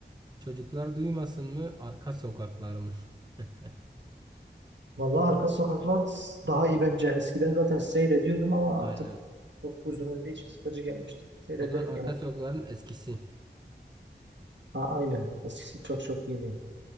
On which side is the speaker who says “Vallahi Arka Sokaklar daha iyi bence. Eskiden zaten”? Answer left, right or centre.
Right